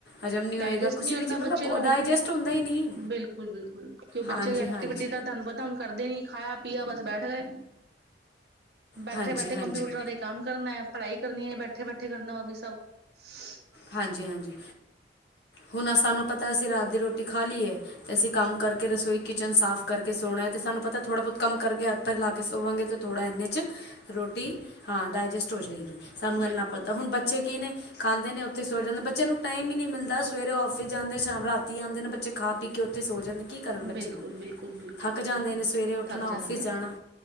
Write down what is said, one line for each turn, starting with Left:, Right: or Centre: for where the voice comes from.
Left: ਹਜ਼ਮ ਨਹੀਂ ਹੋਏਗਾ
Right: ਡਾਇਜਸਟ
Left: ਕਿਸੇ
Right: ਨਹੀਂ
Left: ਵਿੱਚ
Right: ਹੁੰਦਾ
Left: ਮਤਲਬ
Right: ਬੱਚੇ ਨੂੰ
Left: ਡਾਇਜੈਸਟ
Right: ਹੋ,
Left: ਹੁੰਦਾ ਹੀ ਨਹੀਂ
Right: ਬਿਲਕੁਲ- ਬਿਲਕੁਲ ਕਿਉ
Left: ਹਾਂਜੀ
Right: ਬੱਚੇ ਐਕਟੀਵਿਟੀ
Left: ਹਾਂਜੀ
Right: ਦਾ ਤੁਹਾਨੂੰ ਪਤਾ ਤੁਹਾਨੂੰ ਕਰਦੇ ਨੀ ਖਾਇਆ ਪੀਆ ਬਸ ਬੈਠ ਗਏ ਬੈਠੇ-
Left: ਹਾਂਜੀ
Right: ਬੈਠੇ
Left: ਹਾਂਜੀ
Right: ਕੰਪਿਊਟਰਾਂ ਦੇ ਕੰਮ ਕਰਨਾ ਹੈ, ਪੜ੍ਹਾਈ ਕਰਨੀ ਹੈ ਬੈਠੇ- ਬੈਠੇ ਕਰਨਾ ਉਹ ਵੀ ਸਭ
Left: ਹਾਂਜੀ -ਹਾਂਜੀ ਹੁਣ ਅਸਾਂ ਨੂੰ ਪਤਾ ਅਸੀਂ ਰਾਤ ਦੀ ਰੋਟੀ ਖਾ ਲਈਏ। ਅਸੀਂ ਕੰਮ ਕਰਕੇ ਰਸੋਈ ਕਿਚਨ ਸਾਫ਼ ਕਰਕੇ ਸੋਣਾ ਹੈ, ਅਤੇ ਸਾਨੂੰ ਪਤਾ ਥੋੜ੍ਹਾ ਬਹੁਤ ਕੰਮ ਕਰ ਗਿਆ ਉੱਪਰ ਲਾ ਕੇ ਸੋਵਾਂਗੇ ਤਾਂ ਥੋੜ੍ਹਾ ਇੰਨੇ 'ਚ ਰੋਟੀ ਹਾਂ ਡਾਇਜੈਸਟ ਹੋ ਜਾਏਗੀ। ਸਾਨੂੰ
Right: ਬਿਲਕੁਲ
Left: ਇੰਨਾ ਪਤਾ ਹੁਣ ਬੱਚੇ ਕੀ ਨੇ ਖਾਂਦੇ ਨੇ ਉੱਥੀ ਸੋ ਜਾਂਦੇ, ਬੱਚਿਆ ਨੂੰ ਟਾਈਮ ਈ ਨੀ ਮਿਲਦਾ ਸਵੇਰੇ ਔਫਿਸ ਜਾਂਦੇ ਸ਼ਾਮ ਰਾਤੀ ਆਂਦੇ ਨੇ ਬੱਚੇ ਖਾ ਪੀ ਕੇ ਉੱਥੀ ਸੋ ਜਾਂਦੇ। ਕੀ ਕਰਨ ਬੱਚੇ,
Right: ਬਿਲਕੁਲ ਬਿਲਕੁਲ ਬਿਲਕੁਲ
Left: ਥੱਕ ਜਾਂਦੇ
Right: ਬਿਲਕੁਲ
Left: ਨੇ ਸਵੇਰੇ ਉੱਠਣਾ
Right: ਥੱਕ ਜਾਂਦੇ
Left: ਔਫਿਸ ਜਾਣਾ।
Right: ਆ